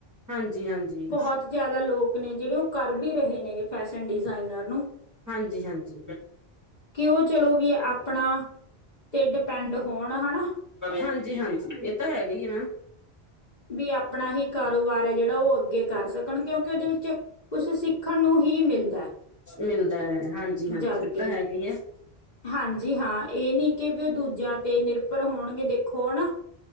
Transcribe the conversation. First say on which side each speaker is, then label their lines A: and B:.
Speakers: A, on the right; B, on the left.
A: ਹਾਂਜੀ। ਹਾਂਜੀ
B: ਬਹੁਤ ਜ਼ਿਆਦਾ ਲੋਕ ਨੇ ਜਿਹੜੇ ਉਹ ਕਰ ਵੀ ਰਹੇ ਨੇ, ਫੈਸ਼ਨ ਡਿਜ਼ਾਇਨਰ ਨੂੰ।
A: ਹਾਂਜੀ ਹਾਂਜੀ
B: ਕਿਉ ਚਲੋ ਵੀ ਆਪਣਾ ਤੇ ਡਿਪੈਂਡ ਹੋਣ ਹਨਾ
A: ਹਾਂਜੀ-ਹਾਂਜੀ, ਇਹ ਤਾਂ ਹੈਗਾ ਈ ਏ ਨਾ।
B: ਵੀ ਆਪਣਾ ਹੀ ਕਾਰੋਬਾਰ ਹੈ ਜਿਹੜਾ ਉਹ ਅੱਗੇ ਕਰ ਸਕਣ, ਕਿਉਂਕਿ ਉਹਦੇ ਵਿੱਚ ਕੁਛ ਸਿੱਖਣ ਨੂੰ ਹੀ ਮਿਲਦਾ
A: ਮਿਲਦਾ ਹੈ । ਹਾਂਜੀ-ਹਾਂਜੀ,
B: ਜਦ
A: ਓ
B: ਕੇ
A: ਤਾਂ ਹੈਗਾ ਹੀ ਐ।
B: ਹਾਂਜੀ ਹਾਂ, ਇਹ ਨੀ ਕਿ ਵੀ ਉਹ ਦੂਜਿਆਂ ਤੇ ਨਿਰਭਰ ਹੋਣਗੇ। ਦੇਖੋ ਹੈਣਾ ।